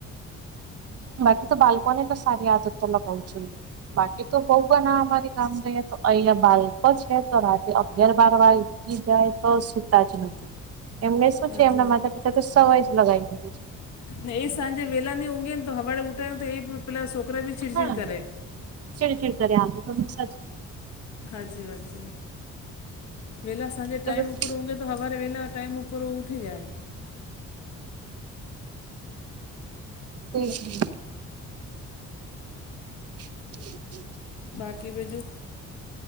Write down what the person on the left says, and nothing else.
સાચી
વાત
ને એ સાંજે વહેલાં ઊંઘે ને તો વહેલાં ઊઠાય ને, તો એ પેલા છોકરા બી
ચીડચીડ
કરે.
હાચી વાત છે, વહેલી સાંજે
ટાઈમ ઉપર ઊંઘેને તો... તો હવારે વહેલા ટાઈમ ઉપર ઊઠી જાય.
બાકી બીજું.